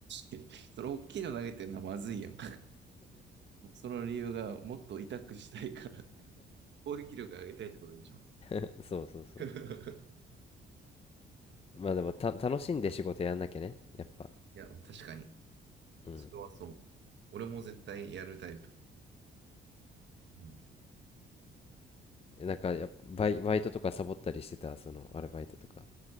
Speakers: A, on the right (about 65°); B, on the left (about 30°).
A: 確かに。<laughs> それ大きいの投げてんのはまずいやん。<laughs> その理由がもっと痛くしたいから、攻撃力上げたいってことでしょ。
B: <laughs> そうそうそう。
A: <laughs>
B: まあでも、た、楽しんで仕事やんなきゃね、やっぱ。
A: いや、確かに。
B: うん。
A: それはそう。俺も絶対やるタイプ。うん。
B: なんかやっぱ、バイ、
A: うん
B: バイトとかサボったりしてた、その、アルバイトとか。